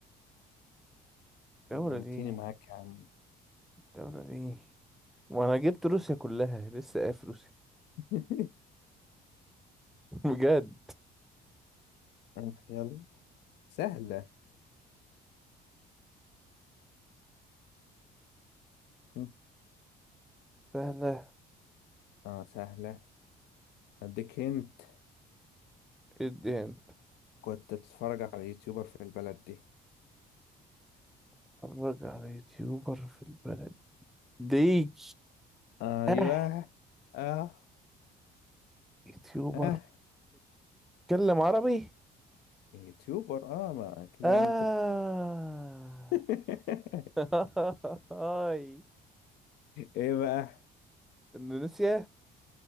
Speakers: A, in the centre; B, on the left.
A: الدولة
B: لمنتيني
A: دي
B: معاك يا عم
A: الدولة دي وانا جبت روسيا كلها لسه قايل في روسيا
B: <laughs>
A: <laughs> بجد
B: آه، يلا سهلة م.
A: سهلة
B: اه سهلة اديك هنت
A: جدا
B: كنت بتتفرج على يوتيوبر في البلد دي
A: اتفرج على يوتيوبر في البلد دي
B: ايوه
A: اه
B: اه
A: يوتيوبر
B: اه
A: بيتكلم عربي
B: يوتيوبر اه ما كده
A: اه
B: يعني انت بت- <laughs>
A: <laughs> هاي
B: ايه بقى
A: اندونيسيا